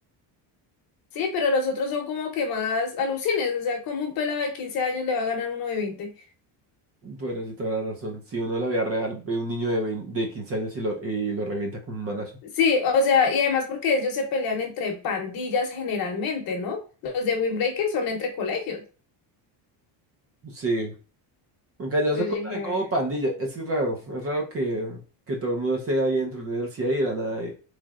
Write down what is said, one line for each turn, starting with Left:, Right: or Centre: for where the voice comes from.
Left: Sí, pero los otros son como que más alucines, o sea, como un pelado de 15 años le va a ganar uno de veinte
Right: Bueno, sí, toda la razón. Si uno en la vida real ve un niño de, vein- de 15 años y lo, y lo revienta con un manazo.
Left: Sí, o sea, y además porque ellos se pelean entre pandillas generalmente, ¿no? Los de Windbreaker son entre colegios.
Right: Sí, en Callazo
Left: Entonces
Right: también
Left: yo dije,
Right: como pandilla. Es que es raro, es raro que, que todo el mundo esté ahí dentro de una universidad y de la nada, eh,